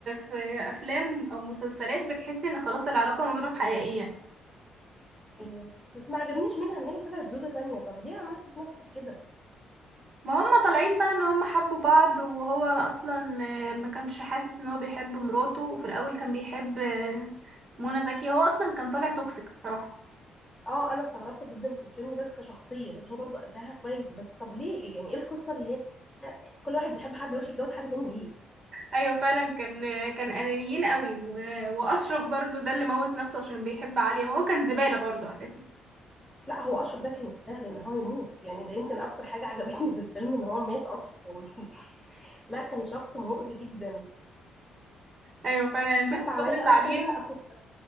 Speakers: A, on the right; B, in the centre.
A: في افلام او مسلسلات بتحسي ان خلاص العلاقه ما بينهم حقيقيه
B: ايوه بس ما عجبنيش منها ان هي طلعت زوجة تانية طب ليه عملتي في نفسك كده
A: ما هم طالعين بقى ان هم حبوا بعض وهو اصلا ما كانش حاسس ان هو بيحب مراته وفي الاول كان بيحب منى زكي هو اصلا كان طالع توكسيك الصراحه
B: اه انا استغربت جدا في الفيلم ده كشخصية بس هو برضو قدها كويس بس طب ليه يعني ايه القصة اللي كل واحد يحب حد يروح يتجوز حد تاني ليه
A: ايوه فعلا كان كان انانيين قوي و- واشرف برضو ده اللي موت نفسه عشان بيحب عليا ما هو كان زباله برضو اساسا
B: لا هو اشرف ده كان يستاهل ان هو يموت يعني ده يمكن اكتر حاجه عجبتني في الفيلم ان هو مات اصلا <laughs> لا كان شخص مؤذي جدا
A: ايوه فعلا البنت
B: صعب عليا
A: طبقت عليه
B: اكتر بقى اخو السقا.